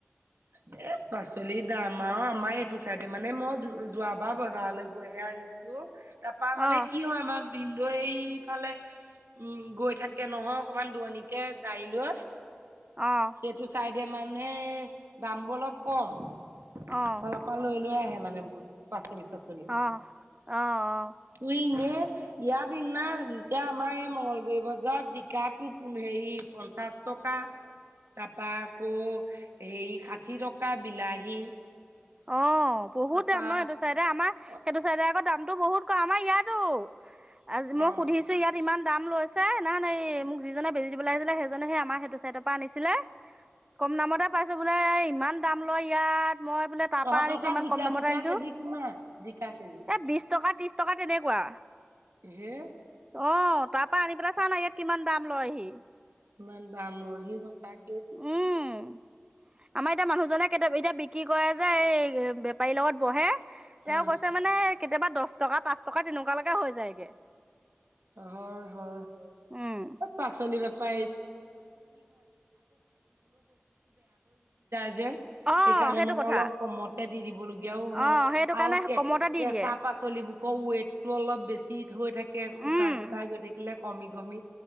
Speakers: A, on the right; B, on the right.
A: উ এ পাচলি দাম আৰু আমাৰ এইটো চাইডে মানে মই যোৱাবাৰ বজাৰলৈ গৈহে আহিছো তাৰাপা মানে
B: অ',
A: কি হয় আমাৰ ভিনদেউ এইফালে উম গৈ থাকে নহয় অকমান দূৰণিকে গাড়ী লৈ
B: অ',
A: সেইটো চাইদে মানে দামবোৰ অলপ কম সেই
B: অ',
A: ফালৰ পৰা লৈ লৈ আহে মানে পাচলি শাক পাচলি
B: অ', অ', অ',
A: এই ইয়াৰ দিনা এতিয়া আমাৰ এই মংগলগুৰি বজাৰ জিকাটো হেৰি পঞ্চা পঞ্চাচ টকা তাৰাপা আকৌ সেই ষাঠি টকা বিলাহী
B: অ বহুত
A: তাৰপা
B: দাম ন সেইটো চাইডে আমাৰ
A: অ
B: সেইটো চাইডে আকৌ দামটো বহুত কম আমাৰ ইয়াতো আজি
A: অ
B: মই সুধিছো ইয়াত ইমান দাম লৈছে নহয়নে এই মোক যিজনে বেজি দিবলৈ আহিছিলে সেইজনেহে আমাৰ সেইটো ছাইডৰ পৰা আনিছিলে কম দামতে পাইছো বোলে ইমান দাম লয় ইয়াত মই বোলে তাৰ
A: তহঁতৰ
B: পৰাা আনিছো
A: তাত
B: ইমান
A: জিকা
B: কম দামত
A: চিকা
B: আনিছো
A: কেজি কিমান জিকা কেজি
B: এই বিশ টকা ত্ৰিশ টকা তেনেকুৱা
A: সে
B: অ তাৰ পৰা আনি পেলাই চা না ইয়াত কিমান দাম লয় আহি
A: ইমান দাম লইহি সঁচাক
B: উম আমাৰ এতিয়া মানুহজনে কেতিয়াবা এতিয়া কি কৰেয় যে এই বেপাৰীৰ লগত বহে তেওঁ
A: আহ
B: কৈছে মানে কেতিয়াবা দচ টকা পাঁচ টকা তেনেকুৱা লৈকে হৈ যায়গে
A: হয় হয় হয়
B: উম
A: পাচলি বেপা <unintelligible>
B: অ
A: সেইকাৰণে
B: সেইটো
A: মানে
B: কথা
A: অলপ কমতে দি দিবলগীয়াও হয়
B: অ সেইটো কাৰণে
A: আৰু কে
B: কমতে দি
A: কেঁচা
B: দিয়ে
A: পাচলিবোৰ ক ৱেইটটো অলপ বেছি হৈ থাকে শুকাই
B: উম
A: শুকাই গৈ থাকিলে কমি কমি